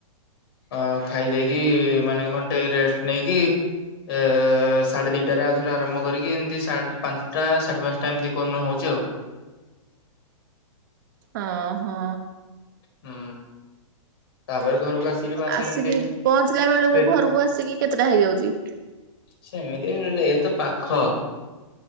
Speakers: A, on the left; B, on the right.
A: ଅ ଖାଇ ଦେଇେଇକି ମାନେ ଘଣ୍ଟେ ରେଷ୍ଟ ନେଇକି। ଏ ସାଢ଼େ ଦିଟାରେ ଆଉ ଥରେ ଆରମ୍ଭ କରିକି ଏମିତି ପାଞ୍ଚଟା ସାଢେ ପାଞ୍ଚଟା ଏମିତି କନ ହଉଛି ଆଉ।
B: ହ ହୋ।
A: ହୁଁ। ତାପରେ ଘରକୁ ଆସିକି ବାସ
B: ଆସିକି
A: ଏମିତି
B: ପହଞ୍ଚିଲା ବେଳକୁ
A: ସେ
B: ଘରକୁ, ଆସିକି କେତେଟା ହେଇଯାଉଛି?
A: ସେମିତି ଏଇତ ପାଖ